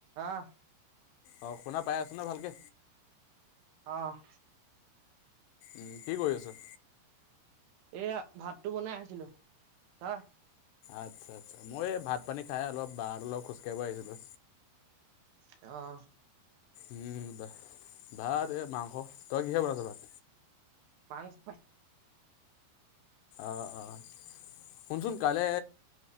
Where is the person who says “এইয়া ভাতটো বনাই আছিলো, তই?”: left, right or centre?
Right